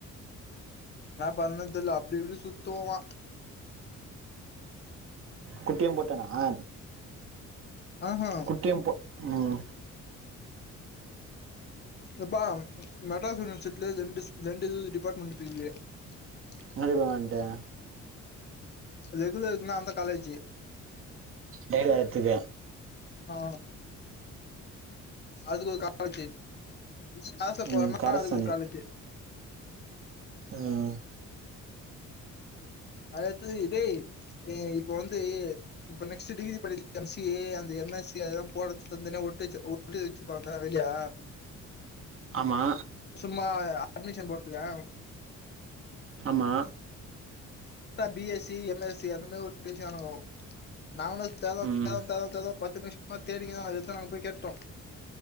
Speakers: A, on the left (about 35°); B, on the right (about 45°).
A: நா பண்ணு தெர்ல அப்டி இப்டி சுத்துவா
B: குட்டியும் போட்டனா ஆ
A: ஆ ஆஹா
B: குட்டியும் போ ம்
A: யப்பா மெட்ராஸ் யுனிவசிட்டிலே ரெண்டு ரெண்டு இது டிபார்ட்மெண்ட்டு <unintelligible>
B: முன்னாடி போங்க வன்ட்டு
A: சோ ரெகுலர் இருக்குனா அந்த காலேஜு
B: கைல அத்துக
A: ஆ அதுக்கு கா ல்ஜு இல்ல காச போறன்னா
B: ம் கரசனு
A: அதுக்கொரு காலேஜு
B: ம்
A: அத எட்த்தது‌கு‌ டேய் எ இப்ப வந்து இப்ப நெக்ஸ்ட்டு டிகிரி போறது எம் சி ஏ அந்த எம் எஸ் சி அதெல்லா போட தனிதனியா ஒட்டு வச்சு ஒட்டு வச்சுட்டு வந்தான அது இல்லயா
B: ஆமா
A: சும்மா அட்மிஷன் போட்டியா
B: ஆமா
A: B S C M S C அந்த மாரி உருப்டியாச்சு ஆனவோ நாங்களு தேறோ‌
B: ம்
A: தேறோ‌ தேறோ தேட்றோ பத்து நிமிஷ மா தேடிகினோ அது‌ எத்த நாங்க போய் கேட்டோ